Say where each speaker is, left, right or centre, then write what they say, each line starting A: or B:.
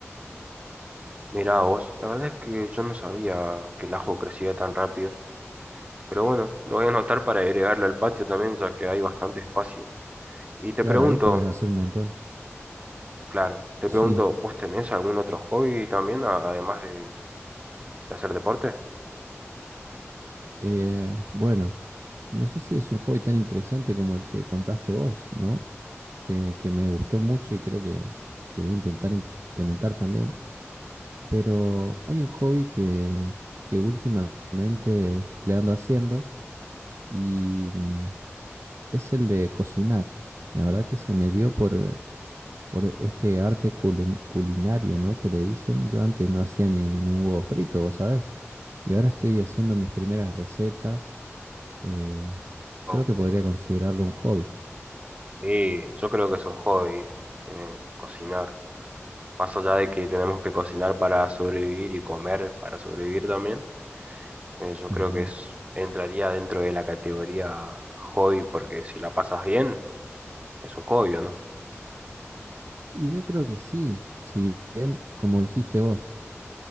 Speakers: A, on the right (about 25°); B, on the right (about 75°).
A: mirá vos, la verdad es que yo no sabía que el ajo crecía tan rápido. Pero bueno, lo voy a anotar para agregarle al patio también, ya que hay bastante espacio. Y te
B: Claro,
A: pregunto,
B: ahí podés hacer un montón.
A: claro, te
B: Sí.
A: pregunto, ¿vos tenés algún otro hobby también, a- además de, de hacer deporte?
B: Eh, bueno, no sé si es un hobby tan interesante como el que contaste vos, ¿no? Que, que me gustó mucho y creo que, que voy a intentar implementar también. Pero hay un hobby que, que últimamente le ando haciendo y mm, es el de cocinar. La verdad que se me dio por, por este arte culin- culinario, ¿no? Que le dicen. Yo antes
A: Sí.
B: no hacía ni, ni un huevo frito, vos sabés. Y ahora estoy haciendo mis primeras recetas. eh,
A: Wow.
B: creo que podría considerarlo un hobby.
A: Sí, yo creo que es un hobby, eh, cocinar. Más allá de que tenemos que cocinar para sobrevivir y comer para sobrevivir también, eh, yo creo
B: Ujú.
A: que es, entraría dentro de la categoría hobby, porque si la pasas bien, es un hobby, ¿o ¿no?
B: Y yo creo que sí, si bien, como dijiste vos,